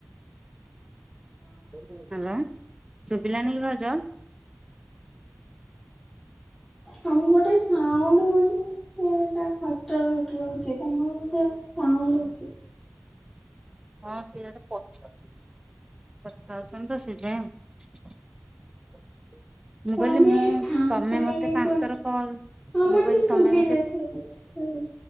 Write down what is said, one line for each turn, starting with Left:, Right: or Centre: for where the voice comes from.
Right: ହ୍ୟାଲୋ ଶୁଭିଲାନି କି ଭାଉଜ?
Centre: କଣ ଗୋଟେ ସାଉଣ୍ଡ ହଉଛି। ସେଇଟା ଖଟର ଖଟର ହଉଚି। ତମର ବୋଧେ ସାଉଣ୍ଡ ହଉଛି।
Right: ହଁ ସେଆଡ଼େ ପଛ। କଥା ହେଉଛନ୍ତି ତ ସେଥିପାଇଁ ଆଉ।
Centre: ହ।
Right: ମୁଁ
Centre: ତମେ
Right: କହିଲି ମୁଁ
Centre: ଫାଙ୍କା
Right: ତମେ ମତେ
Centre: ଇଏ
Right: ପାଞ୍ଚ
Centre: କୁ
Right: ଥର
Centre: ହଁ
Right: କଲ ମୁଁ
Centre: ମତେ
Right: କହିଲି
Centre: ଶୁଭିଲା,
Right: ତମେ ମତେ
Centre: ଶୁଭିଲା ଶୁଭିଲା।